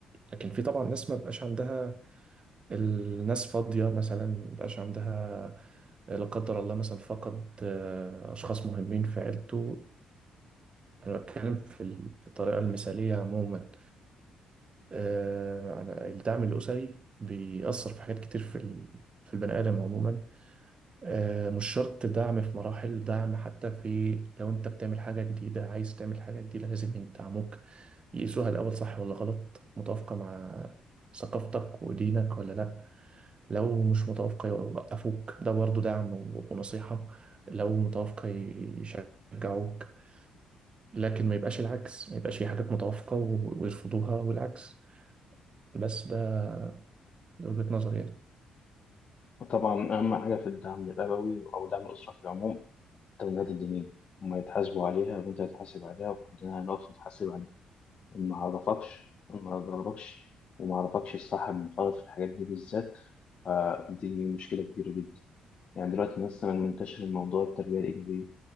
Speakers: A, on the right; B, on the left.
A: لكن في طبعا ناس ما بقاش عندها الناس فاضية مثلا مبقاش عندها لا قدر الله مثلا فقد آه، أشخاص مهمين في عيلته أنا بتكلم في ال- في الطريقة المثالية عموما آه، أنا- الدعم الأسري بيأثر في حاجات كتير في ال- في البني آدم عموما آه، مش شرط دعم في مراحل دعم حتى في لو أنت بتعمل حاجة جديدة عايز تعمل حاجة جديدة لازم يدعموك يقيسوها الأول صح ولا غلط متوافقة مع ثقافتك ودينك ولا لأ لو مش متوافقة يوقفوك ده برضو دعم و- ونصيحة لو متوافقة يشجعوك لكن ما يبقاش العكس ما يبقاش في حاجات متوافقة و- ويرفضوها والعكس بس ده ده وجهة نظري يعني
B: وطبعا أهم حاجة في الدعم الأبوي أو دعم الأسرة في العموم التوجيهات الدينية هما يتحاسبوا عليها وأنت هتحاسب عليها وكلنا هنقف نتحاسب عليها ما عرفكش ما ضربكش وما عرفكش الصح من الغلط في الحاجات دي بالذات فدي مشكلة كبيرة جدا يعني دلوقتي مثلا منتشر الموضوع التربية الإيجابية